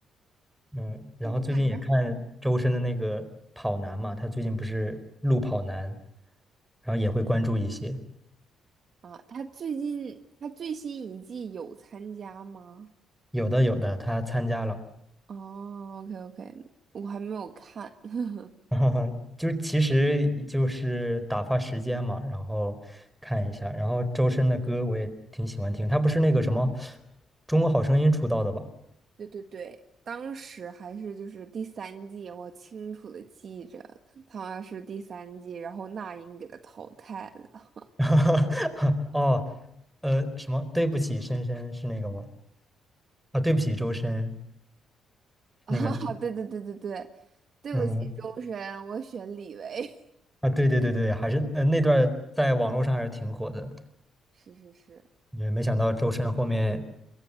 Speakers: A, in the centre; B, on the right (about 55°).
A: 嗯，然后最近也看周深的那个跑男嘛，
B: 是我感觉
A: 他最近不是录跑男，然后也会关注一些，
B: 好啊，他最近他最新一季有参加吗？
A: 有的有的他参加了，
B: 哦，OK OK，我还没有看。<laughs>
A: <laughs> 就是其实就是打发时间嘛，然后看一下，然后周深的歌我也挺喜欢听，他不是那个什么《中国好声音》出道的吧？
B: 对对对，当时还是就是第三季，我清楚的记着他是第三季，然后那英给他淘汰了。
A: <laughs> 哦，呃，什么对不起深深是那个吗？啊，对不起周深
B: <laughs> 啊，
A: 那个，
B: 对对对对对，对不起，
A: 嗯。
B: 周深，我选李维。
A: 啊，对对对对，还是呃那段儿在网络上还是挺火的，
B: <laughs> 是是是，
A: 也没想到周深后面，